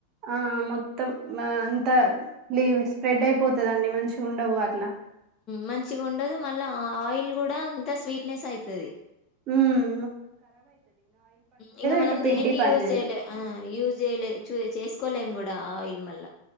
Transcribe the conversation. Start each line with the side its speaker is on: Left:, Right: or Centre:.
Right: ఆ మొత్తం. అంత లీవ్ స్ప్రెడ్ అయిపోతదండి మంచిగా ఉండవు అట్లా
Left: మంచిగా ఉండదు మళ్ళా, ఆ ఆయిల్ కూడా అంత స్వీట్నెస్ అయితది.
Right: ఉమ్
Left: ఇంగ మనం
Right: ఇటు పిండి
Left: దేనికి
Right: పని
Left: యూజ్
Right: చేయదు.
Left: చేయాలే ఆ యూజ్ చేయాలే చూ ఏ చేస్ కోలేం కూడా ఆయిల్ మళ్ళ